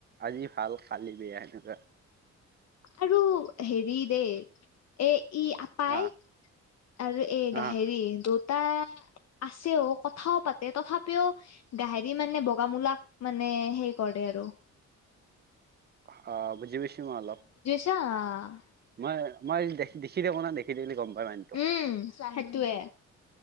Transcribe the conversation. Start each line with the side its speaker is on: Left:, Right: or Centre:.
Right: আজি ভাল খালি বেয়া সেনেকোৱা।
Left: আৰু হেৰি দেই এ ই আপাই
Right: আহ
Left: আৰু এ গাহৰি
Right: আহ
Left: দুটা আছেও কথাও পাতে তথাপিও গাহেৰি মানে বগামুলাক মানে হেই কৰে <unintelligible>
Right: অঁ বুজি পাইছোঁ মই অলপ।
Left: আঁ
Right: মই মই দেখি দেখি থাকোঁ ন দেখি দে বুলি গম পাই মনটো-'
Left: উম সেইটোয়ে